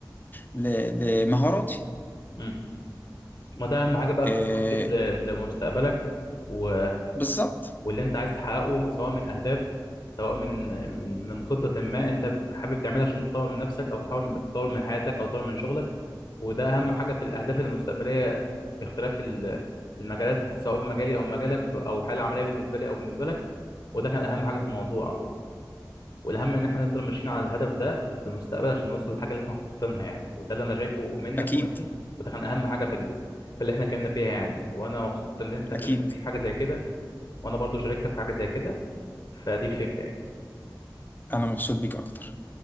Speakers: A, on the left (about 25°); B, on the left (about 40°).
A: ل... لمهاراتي
B: امم ما ده اهم حاجه بقى
A: إيه
B: في التخطيط ل- لمستقبلك و...
A: بالظبط
B: واللي انت عايز تحققه سواء من اهداف سواء من من من خطه ما انت حابب تعملها عشان تطور من نفسك او تحاول تطور من حياتك او تطور من شغلك وده اهم حاجه في الاهداف المستقبليه باختلاف ال- المجالات سواء في مجالي او مجالك او الحاله العمليه بالنسبه لي او بالنسبه لك وده كان اهم حاجه في الموضوع والاهم ان احنا نفضل ماشيين على الهدف ده في المستقبل عشان نوصل للحاجه اللي احنا خاططينها يعني وده اللي انا شايفه منك
A: اكيد
B: ومني وده كان اهم حاجه في ال... في اللي احنا اتكلمنا فيها يعني وانا مبسوط ان انت
A: اكيد
B: كلمتني في حاجه زي كده وانا برضو شاركتك في حاجه زي كده فدي الفكره يعني
A: انا مبسوط بيك اكتر